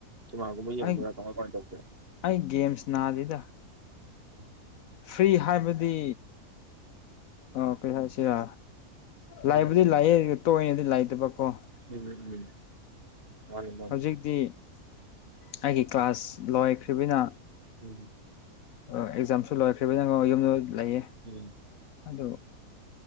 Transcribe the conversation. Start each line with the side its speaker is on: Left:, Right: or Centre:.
Right: ꯁꯤꯃꯥꯒꯨꯝꯕ ꯌꯦꯡꯕ꯭ꯔꯥ
Left: ꯑꯩ
Right: ꯀꯃꯥꯏ ꯀꯃꯥꯏꯅ ꯇꯧꯒꯦ
Left: ꯑꯩ ꯒꯦꯝꯁ ꯅꯥꯗꯦꯗ
Right: <unintelligible>
Left: ꯐ꯭ꯔꯤ ꯍꯥꯏꯕꯗꯤ ꯑꯣ ꯀꯩ ꯍꯥꯏꯁꯤꯔ
Right: ꯎꯝ
Left: ꯂꯥꯏꯕꯨꯗꯤ ꯂꯥꯛꯑꯦ ꯇꯣꯏꯅꯗꯤ ꯂꯥꯏꯇꯕꯀꯣ
Right: ꯎꯝ ꯃꯥꯅꯤ ꯃꯥꯅꯤ
Left: ꯍꯧꯖꯤꯛꯇꯤ ꯑꯩꯒꯤ ꯀ꯭ꯂꯥꯁ ꯂꯣꯏꯈ꯭ꯔꯤꯕꯤꯅ
Right: ꯎꯝ
Left: ꯑꯣ ꯑꯦꯛꯖꯥꯝꯁꯨ ꯂꯣꯏꯈ꯭ꯔꯤꯕꯤꯅꯉꫭ ꯌꯨꯝꯗ ꯂꯩꯌꯦ
Right: ꯎꯝ
Left: ꯑꯗꫭ